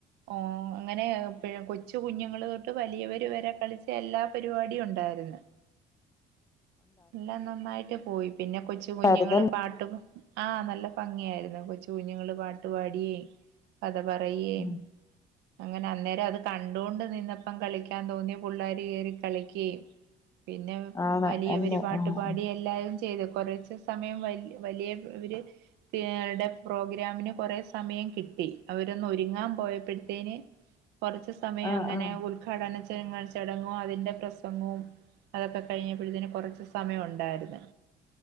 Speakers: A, on the right; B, on the left.
A: ഓഹ് അങ്ങനെ കൊച്ചു കുഞ്ഞുങ്ങൾ തൊട്ട് വലിയവർ വരെ കളിച്ച എല്ലാ പരിപാടിയും ഉണ്ടായിരുന്നു എല്ലാം നന്നായിട്ട് പോയി പിന്നെ കൊച്ചു
B: ഭംഗിയായിരുന്നല്ലേ
A: കുഞ്ഞുങ്ങള്ൾ പാട്ട് ആഹ നല്ല ഭംഗിയായിരുന്നു കൊച്ച കുഞ്ഞുങ്ങള്ൾ പാട്ടു പാടിയേ കഥ പറയേ
B: ഉം
A: അങ്ങനെ അന്നേരം അത് കണ്ടുകൊണ്ട് നിന്നപ്പം കളിക്കാൻ തോന്നി പിള്ളേരി കയറി കളിക്ക പിന്നെ
B: ആണ്
A: വലിയവര്
B: അല്ലേ
A: പാട്ട്
B: ആഹ്
A: പാട എല്ലരും ചെയ്തു കുറച്ച് സമയം വ വലിയ ഇര് ഏടെ പ്രോഗ്രാമിന് കുറേ സമയം കിട്ടി അവരൊന്ന് ഒരുങ്ങാൻ പോയ ടുത്തേന് കുറച്ച് സമയം
B: ആഹ്
A: അങ്ങനെ
B: ആഹ്
A: ഓ ഘടന ച ചടങ്ങും അതിന്റെ പ്രസംഗവും അതൊക്കെ കഴിഞ്ഞപ്പോഴത്തന് കുറച്ച് സമയം ഉണ്ടായിരുന്നു